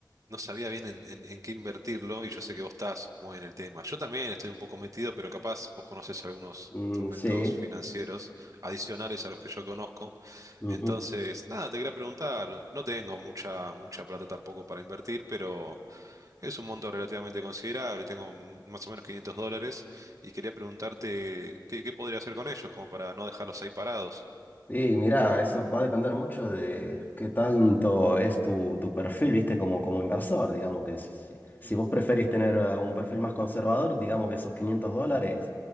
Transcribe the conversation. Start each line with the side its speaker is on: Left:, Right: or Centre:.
Right: no sabía bien en, en- en qué invertirlo y yo sé que vos estás muy en el tema. Yo también estoy un poco metido, pero capaz vos conocés algunos
Left: Mm,
Right: instrumentos
Left: sí.
Right: financieros adicionales a los que yo conozco.
Left: ujú.
Right: Entonces, nada, te quería preguntar, no tengo mucha, mucha plata tampoco para invertir, pero... Es un monto relativamente considerable, tengo mm, más o menos 500 dólares y quería preguntarte qué, qué podría hacer con ellos, como para no dejarlos ahí parados.
Left: Y mira, eso va a depender mucho de qué tanto es tu, tu perfil, viste, como, como inversor, digamos que si, si
Right: Mm,
Left: vos preferís tener eh, un perfil más conservador, digamos que esos 500 dólares,